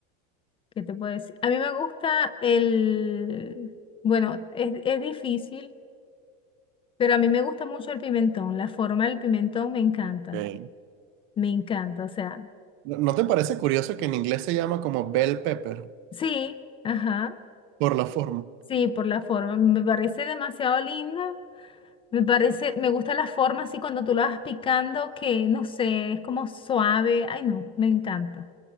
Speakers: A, on the left (about 20°); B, on the right (about 40°).
A: ¿qué te puedo decir? A mí me gusta el, bueno, es, es difícil, pero a mí me gusta mucho el pimentón. La forma del pimentón me encanta,
B: Ok.
A: me encanta. O sea,
B: ¿No no te parece curioso que en inglés se llama como bell pepper
A: sí, ajá,
B: por la forma?
A: sí, por la forma. Me parece demasiado linda. Me parece, me gusta la forma así cuando tú la vas picando, que no sé, es como suave. Ay, no, me encanta.